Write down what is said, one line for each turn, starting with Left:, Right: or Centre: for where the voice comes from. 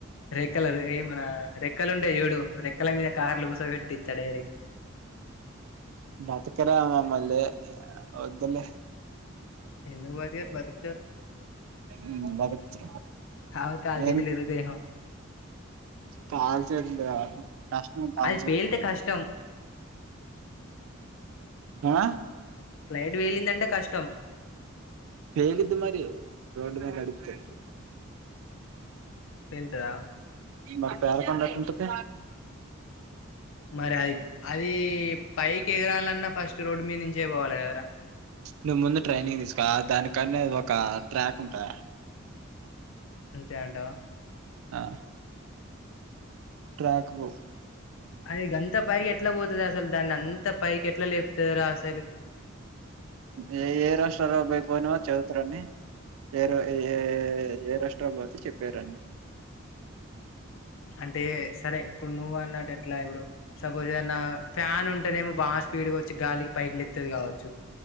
Left: రెక్కల్లర్ ఏం రా రెక్కలు ఉంటై చూడు రెక్ క్కల మీద కార్లు కూసో పెట్టిత్తా డైరెక్ట్
Right: బతకరా మమ్మళ్లే వద్దులే
Left: ఎందుక్ బతకర్ బతుకుతర్
Right: ఉమ్ బద్కుత
Left: కాకపోతే కాలు చేతులు
Right: ఎన్
Left: ఇరుగుతాయేమో
Right: కాల్స్ండ్ రా కష్టం కాల్
Left: అది
Right: సెత్లు
Left: పేలితే కష్టం
Right: ఆ
Left: ఫ్లైట్ వెల్లిందంటే కష్టం
Right: పేలిద్ది మరి రోడ్డు మీద నడ్పితే
Left: వెళ్తుదా
Right: మరి పేర కొండ ఎటుంటది.
Left: మరి అది అది పైకి ఎగరాలన్నా ఫస్ట్ రోడ్డు మీద నుంచే పోవాలి కదరా
Right: నువ్ ముందు ట్రైనింగ్ తీసుకో దానికన్నా ఒక ట్రాక్ ఉంటంద
Left: అంతే అంటావా
Right: ఆ ట్రాక్కువు
Left: అది అంత పైకి ఎట్లా పోతుంది అసలు దాన్ని అంత పైకి ఎట్లా లేపుతుంది రా అసలు
Right: ఏ ఏ రాష్ట్రలకు పోయినవ్ చ ప్రణి ఏ ఏ ఏ రాష్ట్ర పోతేకి చెప్పారుడి హ
Left: అంటే సరే ఇప్పుడు నువ్వు అన్నాడు ఎట్లా ఇప్పుడు సపోజ్ ఏదనా ఫ్యాన్ ఉంటేనేమో బాగా స్పీడ్గా వచ్చి గాలి పైకిలు ఎత్తేది కావచ్చు